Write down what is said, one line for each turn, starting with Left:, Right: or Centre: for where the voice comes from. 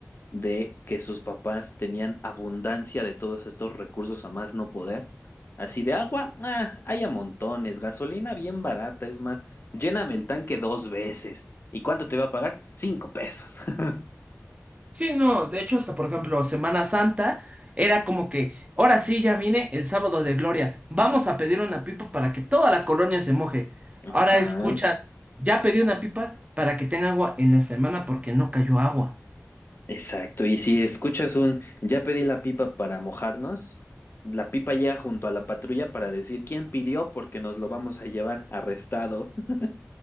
Left: de que sus papás tenían abundancia de todos estos recursos a más no poder. Así de agua, ah, hay a montones, gasolina bien barata, es más, lléname el tanque dos veces. ¿Y cuánto te va a pagar? Cinco pesos. <laughs>
Right: Sí, no, de hecho, hasta por ejemplo, Semana Santa era como que, ahora sí, ya vine el sábado de gloria, vamos a pedir una pipa para que toda la colonia se moje.
Left: Ajá.
Right: Ahora escuchas, ya pedí una pipa para que tenga agua en la semana porque no cayó agua.
Left: Exacto, y si escuchas un ya pedí la pipa para mojarnos, la pipa llega junto a la patrulla para decir quién pidió porque nos lo vamos a llevar arrestado. <laughs>